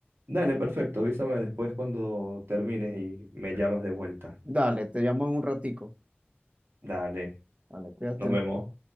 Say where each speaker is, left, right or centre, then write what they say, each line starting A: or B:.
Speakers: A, on the right; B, on the right.
A: Dale, perfecto. Avísame después cuando termines y me llamas de vuelta.
B: Dale, te llamo en un ratico.
A: Dale,
B: Vale, cuídate.
A: nos vemos.